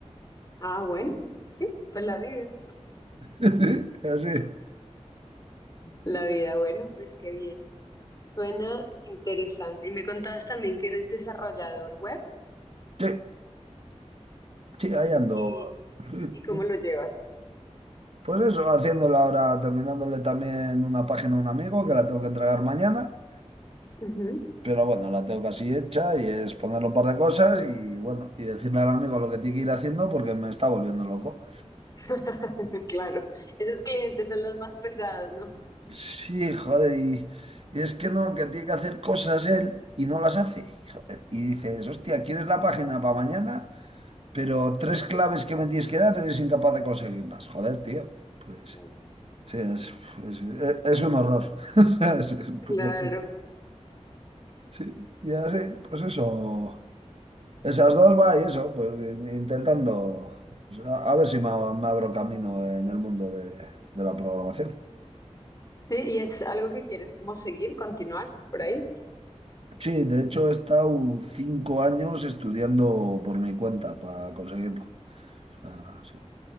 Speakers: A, on the left (about 30°); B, on the right (about 55°).
A: ah, bueno, sí, pues la vida.
B: <laughs> Así.
A: La vida, bueno, pues qué bien. Suena interesante. Y me contabas también que eres desarrollador web
B: Sí, sí, ahí ando.
A: y,
B: Sí,
A: y cómo
B: sí.
A: lo llevas.
B: Pues eso, haciéndole ahora, terminándole también una página a un amigo que la tengo que entregar mañana.
A: Ujú.
B: Pero bueno, la tengo casi hecha y es ponerle un par de cosas y bueno, y decirle al amigo lo que tiene que ir haciendo porque me está volviendo loco.
A: <laughs> Claro, esos clientes son los más pesados, ¿no?
B: Sí, joder, y, y es que no, que tiene que hacer cosas él y no las hace. Joder, Y dices, hostia, ¿quieres la página para mañana? Pero tres claves que me tienes que dar eres incapaz de conseguirlas. Joder, tío. Pues
A: Claro.
B: sí, es, es- es- es un horror. <laughs> Es- es
A: Claro.
B: puro- Sí, y así, pues eso. Esas dos va y eso, pues in- intentando pues, a, a ver si me, ab- me abro camino en el mundo de, de la programación.
A: Sí, y es algo que quieres como seguir, continuar por ahí.
B: Sí, de hecho he estado cinco años estudiando por mi cuenta para conseguirlo. O sea, sí.